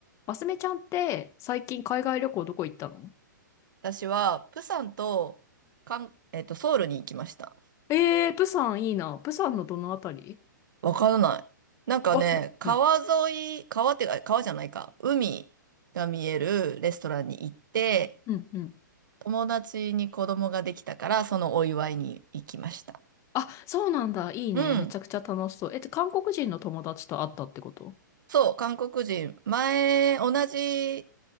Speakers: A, on the left; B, on the right.
A: マスミちゃんって最近海外旅行どこ行ったの
B: 私は、プサンと、かん、えっと、ソウルに行きました。
A: えー、プサンいいな。プサンのどのあたり
B: わからない。なんかね、
A: わ、
B: 川沿い、
A: うん、
B: 川ってか、川じゃないか、海が見えるレストランに行って、
A: うん、うん。
B: 友達に子供ができたから、そのお祝いに行きました。
A: あ、そうなんだ。いいね。
B: うん。
A: めちゃくちゃ楽しそう。えっと、韓国人の友達と会ったってこと
B: そう、韓国人。前、同じ